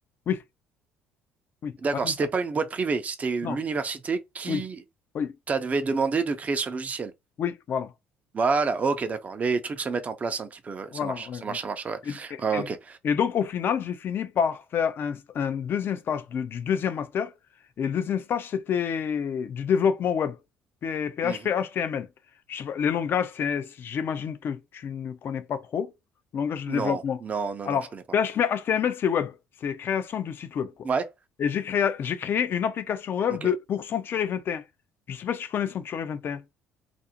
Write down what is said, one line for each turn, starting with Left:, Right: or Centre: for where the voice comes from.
Left: Oui, oui,
Right: D'accord,
Left: allez,
Right: c'était
Left: ça.
Right: pas une boîte privée, c'était l'université
Left: Non,
Right: qui
Left: oui, oui,
Right: t'a devait demander de créer ce logiciel.
Left: oui, voilà.
Right: Voilà, ok, d'accord. Les trucs se mettent en place un petit peu. ouais.
Left: Voilà,
Right: Ça marche,
Left: ouais,
Right: ça marche,
Left: ouais.
Right: ça marche, ouais.
Left: Et, et-
Right: Ouais,
Left: et-
Right: ok.
Left: et donc, au final, j'ai fini par faire un, st- un deuxième stage de- du deuxième master. Et le deuxième stage, c'était du développement web, P- PHP,
Right: Mhm.
Left: HTML. Je sais pas, les langages, c'est, c'est- j'imagine que tu ne connais pas trop. Langage de développement.
Right: Non, non, non,
Left: Alors,
Right: non, je connais pas.
Left: PHP, HTML, c'est web. C'est création de site web, quoi.
Right: Ouais,
Left: Et j'ai créé, j'ai créé une application web
Right: ok.
Left: de, pour Century 21. Je ne sais pas si tu connais Century 21.